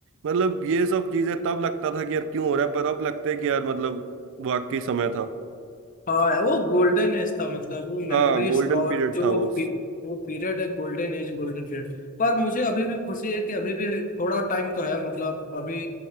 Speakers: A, on the right (about 60°); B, on the left (about 35°).
A: मतलब ये सब चीजें तब लगता था कि यार क्यों हो रहा है पर अब लगता है कि यार मतलब वाकई समय था
B: हाँ वो गोल्डन एज था मतलब वो मेमोरीज
A: हाँ गोल्डन
B: और
A: पीरियड
B: जो
A: था
B: वो
A: वो
B: पी, वो पीरियड है गोल्डन एज गोल्डन पीरियड पर मुझे अभी भी खुशी है कि अभी भी थोड़ा टाइम तो है मतलब अभी